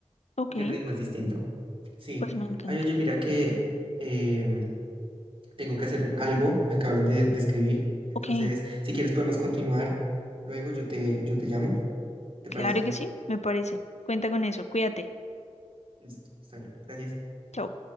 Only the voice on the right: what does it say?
porque el ritmo es distinto. Sí.
Ay, oye, mira que em, tengo que hacer un- algo, me acabaron de, de escribir. Entonces,
si quieres podemos continuar. Luego yo te, yo te llamo, ¿te
parece?
Listo, está bien, gracias.